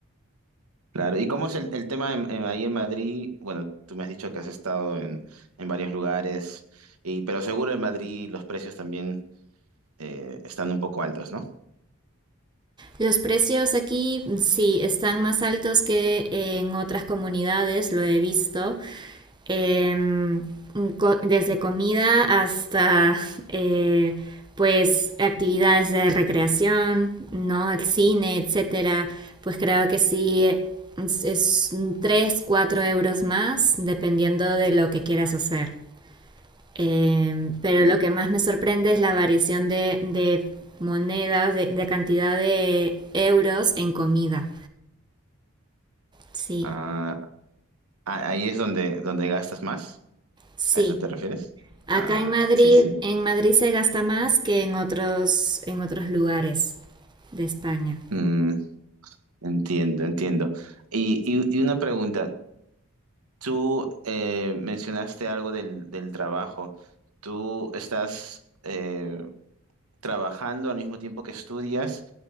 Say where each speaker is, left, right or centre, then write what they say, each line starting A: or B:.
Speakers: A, on the right; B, on the right.
A: Claro, ¿y cómo es el, el tema en- en- ahí en Madrid? Bueno, tú me has dicho que has estado en, en varios lugares, y, pero seguro en Madrid los precios también eh, están un poco altos, ¿no?
B: Los precios aquí sí están más altos que en otras comunidades, lo he visto. Eh, desde comida hasta <laughs> eh, pues actividades de recreación, ¿no? El cine, etcétera. Pues creo que sí es, es 3, 4 euros más, dependiendo de lo que quieras hacer. Eh, pero
A: Mm.
B: lo que más me sorprende es la variación de, de monedas, de, de, cantidad de euros en comida. Sí,
A: Ah, ah, ahí es donde, donde gastas más,
B: sí.
A: ¿a eso te refieres?
B: Acá
A: Ah,
B: en Madrid,
A: sí, sí.
B: en Madrid se gasta más que en otros, en otros lugares de España.
A: Mm, entiendo, entiendo. Y, y- y una pregunta, tú eh, mencionaste algo del, del trabajo. ¿Tú estás... eh, trabajando al mismo tiempo que estudias